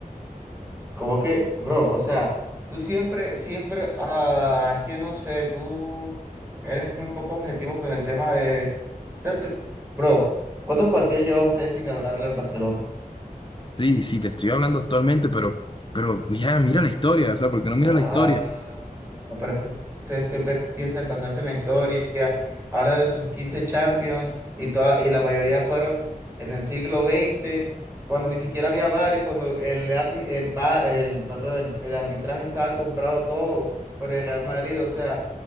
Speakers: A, on the right; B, on the left.
A: Como que, bro, o sea, tú siempre, siempre, ah, es que no sé, tú eres muy poco objetivo con el tema de... o sea, tú- bro, ¿cuántos partidos lleva usted sin ganarle al Barcelona?
B: Sí, sí, te estoy hablando actualmente, pero, pero mira, mira la historia, o sea, porque no mira
A: Ah,
B: la historia?
A: pero es que ustedes siempre piensan en basarse en la historia, habla de sus 15 Champions y, toda, y la mayoría fueron en el siglo veinte cuando ni siquiera había VAR y cuando el, arbi- el, va- el, perdón, el, el arbitraje estaba comprado todo por el Real Madrid. O sea,